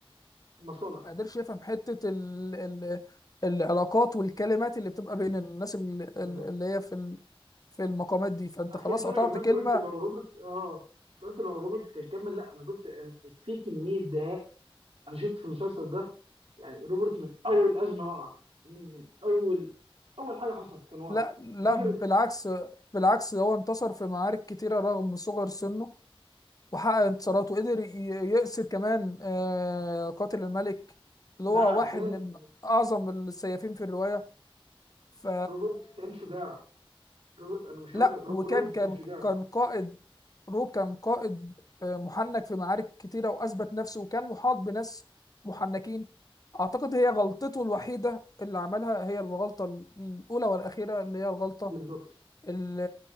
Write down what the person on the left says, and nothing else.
ما قدرش يفهم حتة ال... ال... العلاقات والكلمات اللي بتبقى بين الناس اللي,
اللي هي في في المقامات دي فانت
خلاص
قطعت
كلمة
لا لا
بالعكس بالعكس هو انتصر في معارك كتيرة رغم صغر سنه وحقق انتصارات وقدر ي- يأسر كمان آه، قاتل الملك اللي
هو
واحد من أعظم السيافين في الرواية ف
لا
وكان
كان
كان قائد روب كان قائد آه، محنك في معارك كتيرة وأثبت نفسه وكان محاط بناس محنكين أعتقد هي غلطته الوحيدة اللي عملها هي الغلطة الأولى والأخيرة اللي هي الغلطة
ال-